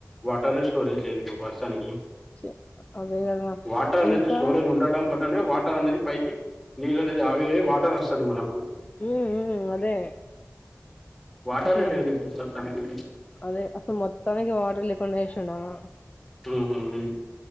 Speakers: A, in the centre; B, on the left (about 30°).
A: వాటర్ ఏ స్టోరేజ్ లేదు ఇప్పుడు ప్రస్తుతానికి
B: చి అదే కదా
A: వాటర్ అనేది
B: ఇంకా
A: స్టోరేజ్ ఉండడం వల్లనే వాటర్ వాటర్ అనేది పైకి నీళ్ళు అనేది ఆవిరి అయి వాటర్ వస్తది మనకు
B: హ్మ్ హ్మ్ అదే
A: వాటరే
B: అసలు మోత్త
A: లేదు ఇప్పుడు ప్రస్తుతానికి
B: అదే అసలే మొత్తానికి వాటర్ లేకపో కొనేసిండనా
A: తూ ఉ ఉ